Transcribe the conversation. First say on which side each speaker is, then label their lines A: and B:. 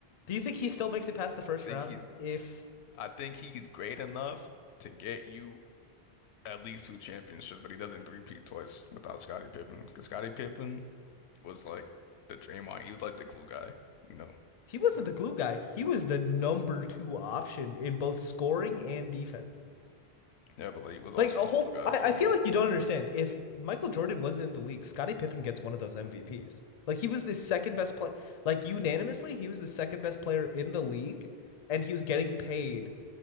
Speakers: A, on the left; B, on the left.
A: Do you think he still makes it past the first
B: I think
A: round?
B: he's
A: If
B: I think he's great enough to get you at least two championships, but he doesn't three-peat twice without Scottie Pippen because Scottie Pippen was like the Draymond. He was like the glue guy, you know.
A: he wasn't the glue guy, he was the number two option in both scoring and defense.
B: Yeah, but like he was
A: Like,
B: also
A: a
B: the
A: hold,
B: glue guy
A: I,
B: for
A: I feel
B: um,
A: like you don't understand. If Michael Jordan wasn't in the league, Scottie Pippen gets one of those MVPs. Like, he was the second best player, like, unanimously, he was the second best player in the league, and he was getting paid